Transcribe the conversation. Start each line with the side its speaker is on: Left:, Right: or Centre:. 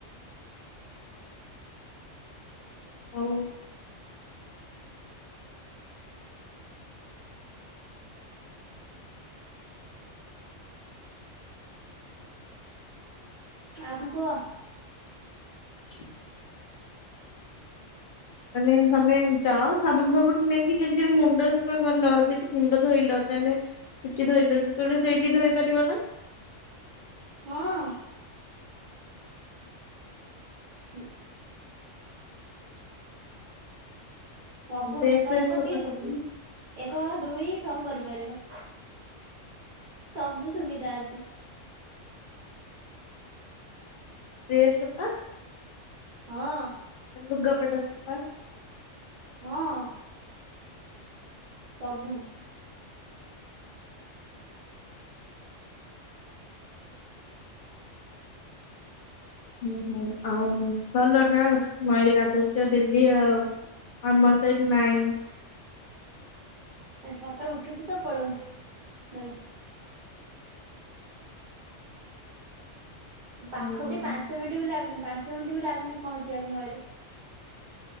Left: ହଉ।
Right: ଆଉ କଣ କୁହ।
Left: <inaudible> ମାନେ ତମେ ଯାଅ ସାବୁନ ଫାବୁନ ନେଇକି ଯେମତିି ମୁଣ୍ଡ ସଫା କଲ ଯଦି ମୁଣ୍ଡ ଧୋଇଲ ତାହେଲେ। ଚୁଟି ଧୋଇଲ ସେତେବେଳେ ସେଇଠି ଧୋଇ ପାରିବ ନା।
Right: ହଁ। <inaudible> ସବୁ
Left: ଡ୍ରେସ
Right: ଏକ
Left: ଫ୍ରେସ
Right: ଏକ
Left: ସଫା
Right: ଦୁଇ ସବୁ
Left: ସଫି
Right: ଏକ ଦୁଇ ସବୁ କରିପାରିବ। ସବୁ ସୁବିଧା ଅଛି।
Left: ଡ୍ରେସ ସଫା
Right: ହଁ।
Left: ଲୁଗାପଟା ସଫା
Right: ହଁ। ସବୁ
Left: ଓହୋ ଆଉ ଭଲ ନା ନଈରେ ଗାଧୁଉଛ ଡେଲି ଆଉ ଆମର ତ ଏଠି ନାଇଁ।
Right: ଏ ସକାଳୁ ଉଠୁଛୁ ତ ପଳଉଛୁ। ନଈ ପାଖ
Left: ହୁଁ
Right: ବି ପାଞ୍ଚ ମିନିଟ୍ ବି ଲାଗୁନି ପାଞ୍ଚ ମିନିଟ ବି ଲାଗୁନି ପହଞ୍ଚିବାକୁ ନଈରେ।